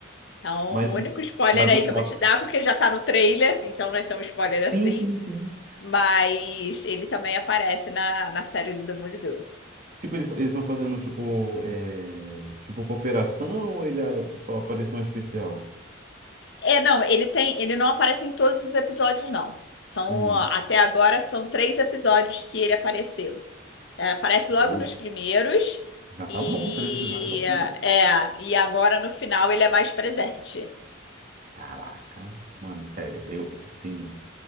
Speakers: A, on the left (about 55°); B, on the right (about 40°).
A: Então, o
B: Mas,
A: único spoiler
B: mas,
A: aí
B: por-
A: que eu
B: mas-
A: vou te dar, porque já tá no trailer, então não é tão spoiler assim.
B: sim, sim, sim.
A: Mas ele também aparece na, na série do Demolidor.
B: Tipo, eles eles estão fazendo, tipo, é, tipo, cooperação ou ele é só aparição especial?
A: É, não, ele tem, ele não aparece em todos os episódios, não. São,
B: Hum.
A: ó, até agora são três episódios que ele apareceu. É, aparece
B: Bom,
A: logo nos primeiros
B: já tá
A: e
B: bom, três episódios é bastante.
A: é, e agora no final ele é mais presente.
B: Caraca, mano, sério, eu, tipo assim,